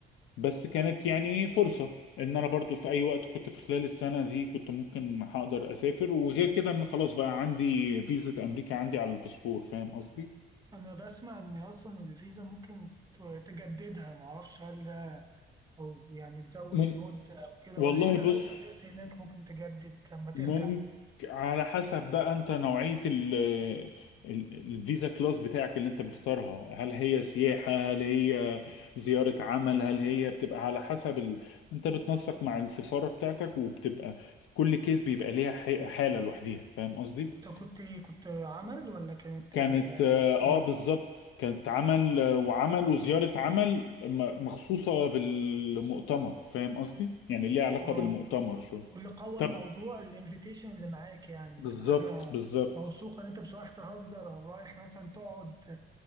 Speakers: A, on the left; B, on the right.
A: بس كانت يعني إيه فرصة ان انا برضو في اي وقت كنت في خلال السنة دي كنت ممكن هقدر اسافر وغير كده ان خلاص بقى عندي فيزا امريكا عندي على الباسبور فاهم قصدي
B: انا بسمع ان اصلا الفيزا ممكن ت- تجددها ما اعرفش هل ده او يعني تزود
A: مم...
B: المدة او كده
A: والله
B: ولا انت
A: بص
B: لو سافرت هناك ممكن تجدد لما ترجع
A: ممكن على حسب بقى انت نوعية ال ال- الفيزا كلاس بتاعك اللي انت مختارها هل هي سياحة هل هي زيارة عمل هل هي بتبقى على حسب ال... انت بتنسق مع السفارة بتاعتك وبتبقى كل كيس بيبقى ليها ح- حالة لوحديها فاهم قصدي؟
B: انت كنت ايه كنت عمل ولا كانت
A: كانت
B: ال-
A: اه
B: السياحة
A: آه، بالظبط كانت عمل آه، وعمل وزيارة عمل م- مخصوصة بالمؤتمر فاهم قصدي؟ يعني ليها علاقة
B: او
A: بالمؤتمر شوية
B: واللي قوى
A: طب
B: الموضوع الانفيتيشن اللي معاك يعني
A: بالظبط
B: في حاجة
A: بالظبط
B: موثوقة ان انت مش رايح تهزر او رايح مثلا تقعد